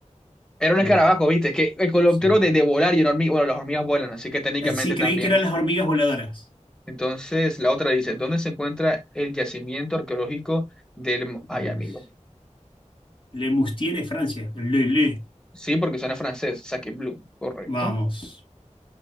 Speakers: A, in the centre; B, on the left.
A: Era un
B: Uy,
A: escarabajo, ¿viste? Que el coleóptero
B: sí.
A: de, de volar y una hormiga, bueno, las hormigas vuelan, así que técnicamente
B: Eh, Sí, creí
A: también.
B: que eran las hormigas voladoras.
A: Entonces, la otra dice, ¿dónde se encuentra el yacimiento arqueológico del... Mo- Ay,
B: Lemus-
A: amigo.
B: Lemustier, Francia. Le, le.
A: Sí, porque suena francés, Sacagbleu, correcto.
B: Vamos.